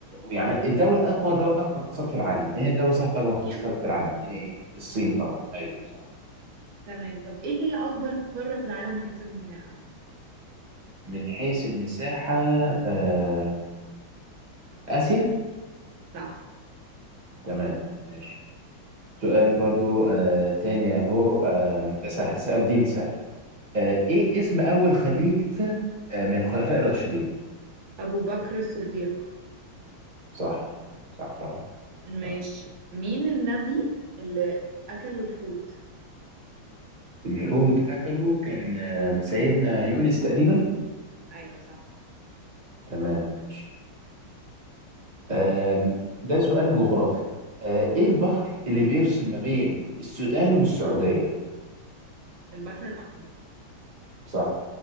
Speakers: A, on the right; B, on the right.
A: يعني الدوله اقوى دو... اقوى اقتصاد في العالم ايه هي الدوله صاحبه اقوى
B: الصين
A: اقتصاد في العالم دي الصين طبعا ايوه صح
B: تمام طب إيه هي أكبر قارة في العالم من حيث المساحة؟
A: من حيث المساحه آه... اسيا
B: صح
A: تمام ماشي سؤال برضو آه تاني اهو آم، ده سهل سؤال ديني سهل آه ايه اسم اول خليفة آه من الخلفاء الراشدين
B: أبو بكر الصديق
A: صح صح طبعا
B: ماشي
A: صح.
B: مين النبي اللي أكلوا الحوت؟
A: الحوت اكله كان آم، سيدنا يونس تقريبا
B: أيوة صح
A: تمام ماشي آم، ده سؤال جغرافي آه ايه البحر اللي بيفصل ما بين السودان والسعودية
B: البحر الأحمر
A: صح